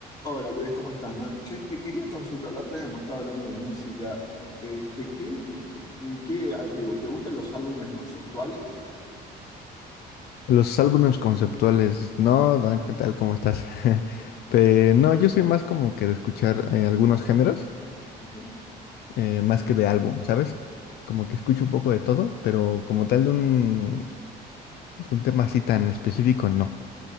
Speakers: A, on the left; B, on the left.
A: Hola Luis, ¿cómo estás, man? Che, te quería consultar, la otra vez hemos estado hablando de música. Este, ¿qué, qué, qué- a- te, te gustan los álbumes conceptuales?
B: Los álbumes conceptuales, no, Dan, ¿qué tal? ¿Cómo estás? <laughs> Pero no, yo soy más como que de escuchar eh, algunos géneros,
A: Ujú.
B: eh, más que de álbum, ¿sabes? Como que escucho un poco de todo, pero como tal de un, de un tema así tan específico, no.